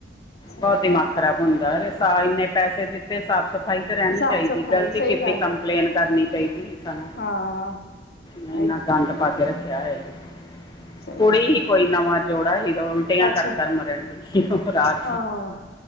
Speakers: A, on the left; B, on the left.
A: ਸਹੀ
B: ਬਹੁਤ ਦਿਮਾਗ
A: ਗੱਲ
B: ਖ਼ਰਾਬ ਹੁੰਦਾ ਇੰਨੇ ਪੈਸੇ ਦਿੱਤੇ ਸਭ ਸਫ਼ਾਈ ਤਾਂ ਰਹਿਣੀ
A: ਸਾਫ਼
B: ਚਾਹੀਦੀ
A: ਸਫ਼ਾਈ
B: ਗ਼ਲਤੀ
A: ਸਹੀ
B: ਕਿਤੇ
A: ਗੱਲ
B: ਕੰਪਲੇਨ
A: ਹੈ
B: ਕਰਨੀ ਚਾਹੀਦੀ ਸਾਨੂੰ
A: ਹਾਂ
B: ਮੈਂ ਇੰਨਾ
A: ਇਹੀ ਤੇ
B: ਗੰਦ ਪਾ ਕੇ ਰੱਖਿਆ ਹੋਇਆ ਜੀ
A: ਸਹੀ
B: ਕੁੜੀ
A: ਗੱਲ
B: ਹੀ
A: ਹੈ
B: ਕੋਈ ਨਵਾਂ ਜੋੜਾ ਸੀ ਤਾਂ ਉਲਟੀਆਂ
A: ਅੱਛਾ
B: ਕਰ ਘਰ ਮਰਨ ਦੀ ਰਾਜ
A: ਹਾਂ